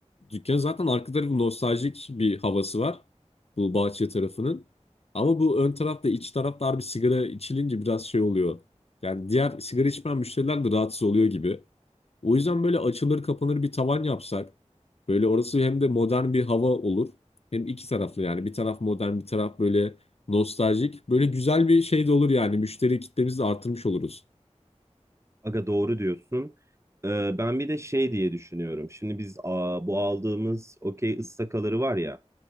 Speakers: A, on the left; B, on the right.
A: Dükkan zaten arka tarafı nostaljik bir havası var. Bu bahçe tarafının. Ama bu ön tarafta iç tarafta bir sigara içilince biraz şey oluyor. Yani diğer sigara içmeyen müşteriler de rahatsız oluyor gibi. O yüzden böyle açılır kapanır bir tavan yapsak böyle orası hem de modern bir hava olur. Hem iki taraflı yani bir taraf modern bir taraf böyle nostaljik. Böyle güzel bir şey de olur yani müşteri kitlemizi de artırmış oluruz.
B: Aga doğru diyorsun. Ee, ben bir de şey diye düşünüyorum. Şimdi biz aa, bu aldığımız okey ıstakaları var ya.